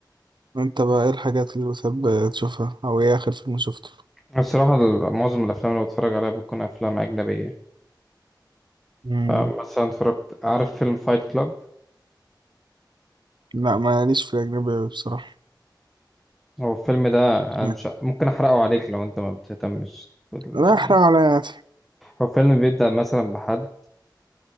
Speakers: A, on the right; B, in the centre.
A: وانت بقى ايه الحاجات اللي بتحب تشوفها او ايه آخر فيلم شفته
B: الصراحة ال- معظم الأفلام اللي بتفرج عليها بتكون أفلام أجنبية
A: مم.
B: فمثلا اتفرجت عارف فيلم فايت كلاب
A: لا ماليش في الأجنبي أوي بصراحة
B: هو الفيلم ده أنا
A: يعني
B: مش ممكن أحرقه عليك لو أنت ما بتهتمش بال-
A: لا أحرق على يعني
B: هو فيلم بيبدأ مثلا بحد